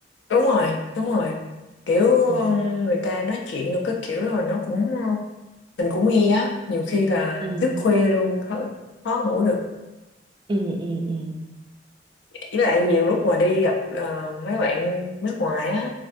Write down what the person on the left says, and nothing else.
đúng rồi đúng rồi kiểu
ừ, người ta nói chuyện được cái kiểu rồi nó cũng mình cũng nghe á nhiều khi là
thức khuya luôn khó, khó ngủ được
với lại nhiều lúc mà đi gặp ờ, mấy bạn nước ngoài á